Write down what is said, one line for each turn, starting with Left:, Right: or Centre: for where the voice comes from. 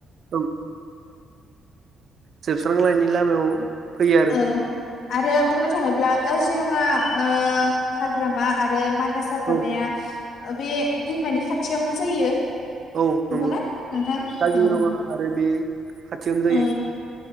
Right: औ जोबस्रांलायनायनि लामायाव फैयो आरो
Left: औ आरो बुंनो थाङोब्ला काजिरङा ओ हाग्रामा आरो मा नास हाग्रामाया
Right: औ
Left: ओ बे दैमानि खाथियावनो जायो नंगौना
Right: औ नंगौ
Left: नोंथां
Right: काजिरङा
Left: औ?
Right: आरो बे खाथियावनो जायो।
Left: औ